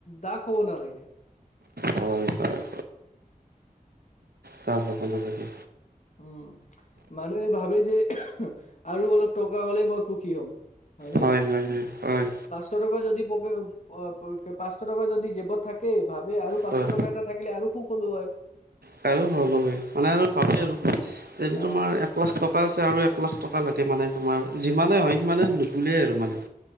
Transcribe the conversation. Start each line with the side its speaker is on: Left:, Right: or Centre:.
Left: দাস হ'ব নালাগে।
Right: হয় হয় দাস হ'ব নালাগে।
Left: উম, মানুহে ভাৱে যে আৰু অলপ টকা হ'লে মই সুখী হ'ম। হয়নে?
Right: হয়, হয়। হয়, হয়।
Left: পাঁচশ টকা যদি পকেট অ', <unintelligible> পাঁচশ টকা যদি জেপত থাকে ভাৱে, আৰু পাঁচশ
Right: হয়
Left: টকা এটা থাকিলে আৰু সুখ হ'লো হয়।
Right: কাৰো <unintelligible> মানে আৰু ভাৱে আৰু যদি
Left: আহ
Right: তোমাৰ একলাখ টক টকা আছে আৰু একলাখ টকা লাগে মানে তোমাৰ, যিমানে হয় সিমানে নুকুলায় আৰু মানে।